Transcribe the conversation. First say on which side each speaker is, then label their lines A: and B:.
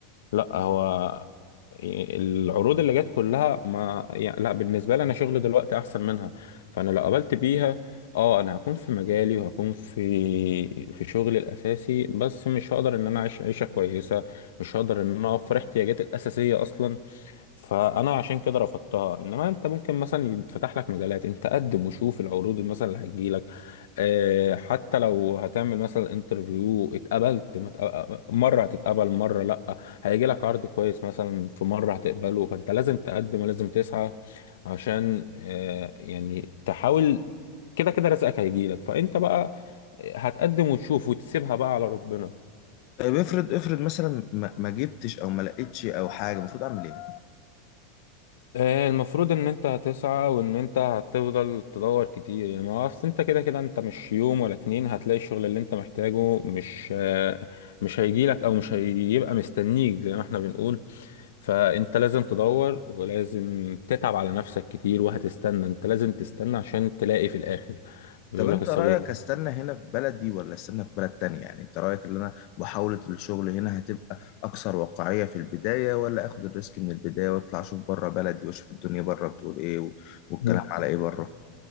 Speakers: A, on the left; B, on the left.
A: لا هو العروض اللي جت كلها ما يعني لا بالنسبه لي انا شغل دلوقتي احسن منها فانا لو قبلت بيها اه انا هكون في مجالي وهكون في في شغلي الاساسي بس مش هقدر ان انا اعيش عيشه كويسه مش هقدر ان انا اوفر احتياجاتي الاساسيه اصلا فانا عشان كده رفضتها انما انت ممكن مثلا يتفتح لك مجالات انت قدم وشوف العروض اللي مثلا اللي هتجيلك آه، حتى لو هتعمل مثلا انترفيو اتقبلت ما اتق- مره هتتقبل مره لا هيجي لك عرض كويس مثلا في مره هتقبله فانت لازم تقدم ولازم تسعى عشان آه، يعني تحاول كده كده رزقك هيجي لك فانت بقى هتقدم وتشوف وتسيبها بقى على ربنا
B: طيب افرض افرض مثلا ما, ما جبتش او ما لقيتش او حاجة المفروض اعمل ايه
A: آه، المفروض ان انت هتسعى وان انت هتفضل تدور كتير يعني ما هو اصل انت كده كده انت مش يوم ولا اتنين هتلاقي الشغل اللي انت محتاجه مش آه، مش هيجيلك او مش هيبقى مستنيك زي ما احنا بنقول فانت لازم تدور ولازم تتعب على نفسك كتير وهتستنى انت لازم تستنى عشان تلاقي في الاخر بيقول
B: طب انت
A: لك الصبر
B: رأيك استنى هنا في بلدي ولا استنى في بلد تانية يعني انت رأيك ان انا محاولة الشغل هنا هتبقى اكثر واقعية في البداية ولا اخد الريسك من البداية واطلع اشوف بره بلدي واشوف الدنيا بره بتقول ايه و... والكلام
A: ده
B: على ايه بره